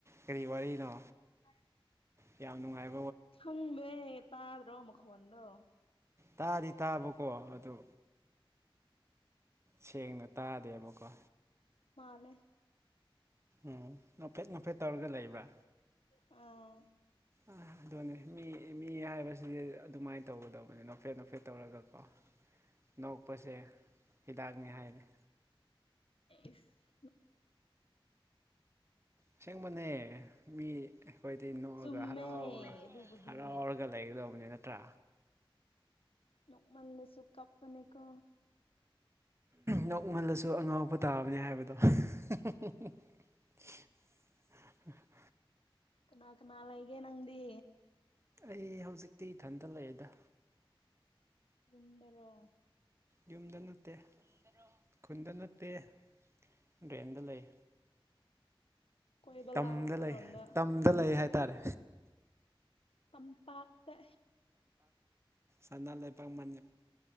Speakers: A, on the right (about 30°); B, on the left (about 80°).
A: ꯀꯔꯤ ꯋꯥꯔꯤꯅꯣ
B: ꯑ
A: ꯌꯥ ꯌꯥꯝꯅꯨꯡꯉꯥꯏ
B: ꯍꯪꯕꯦ ꯄꯗ꯭ꯔꯣ ꯃꯈꯒꯗ
A: ꯇꯥꯗꯤ ꯇꯥꯕꯀꯣ ꯑꯗꯨ ꯁꯦꯡꯅ ꯇꯥꯗꯦꯕꯀꯣ
B: ꯅꯦ
A: ꯎꯝ ꯉꯐꯦꯠ ꯉꯐꯦꯠ ꯇꯧꯔꯒ ꯂꯩꯕ꯭ꯔꯥ
B: ꯑꯥ
A: ꯑ ꯑꯗꯨꯅꯦ ꯃꯤ ꯃꯤ ꯍꯥꯏꯕꯁꯤꯗꯤ ꯑꯗꯨꯃꯥꯏꯅ ꯇꯧꯒꯗꯧꯕꯅꯦ ꯅꯣꯐꯦꯠ ꯅꯣꯐꯦꯠ ꯇꯧꯔꯒꯀꯣ ꯅꯣꯛꯄꯁꯦ ꯍꯤꯗꯥꯛꯅꯤ ꯍꯥꯏꯔꯤꯦ
B: ꯏꯁ
A: ꯑꯁꯦꯡꯕꯅꯦ ꯃꯤ ꯑꯩꯈꯣꯏꯗꯤ ꯅꯣꯛꯑꯒ
B: ꯆꯨꯝꯃꯦ
A: ꯍꯔꯥꯎꯔꯒ
B: ꯑꯗꯨꯕꯨꯗꯤ
A: ꯍꯅ ꯑꯣꯔꯒꯂ ꯌꯦꯗꯣꯅꯤ ꯅꯠꯇ꯭ꯔ
B: ꯅꯃꯜꯂꯁꯨꯨ ꯀꯞꯄꯅꯦꯀꯣ
A: ꯅꯣꯛꯃꯜꯂꯁꯨ ꯑꯉꯥꯎꯕ ꯇꯥꯕꯅꯤ ꯍꯥꯏꯕꯗꯣ <unintelligible>
B: ꯅꯥꯀ ꯅꯂꯩꯒꯦ ꯅꯪꯗꯤ
A: ꯑꯩ ꯍꯧꯖꯤꯛꯇꯤ ꯏꯊꯟꯇ ꯂꯩꯑꯦꯗ
B: ꯌꯗꯔꯣ
A: ꯌꯨꯝꯗ ꯅꯠꯇꯦ ꯈꯨꯟꯗ ꯅꯠꯇꯦ ꯑꯠꯇꯦ ꯗ꯭ꯔꯦꯟꯗ ꯂꯩ
B: ꯀꯣꯏꯕ
A: ꯇꯝꯗ
B: ꯂꯥꯛꯑꯣ ꯑꯩꯈꯣꯏꯔꯣꯝꯗ
A: ꯂꯩ ꯇꯝꯗ ꯂꯩ ꯍꯥꯏ ꯇꯔꯦ
B: ꯀꯝꯄꯥꯛꯇ
A: ꯁꯅꯥꯕꯥꯛ ꯃꯅꯤ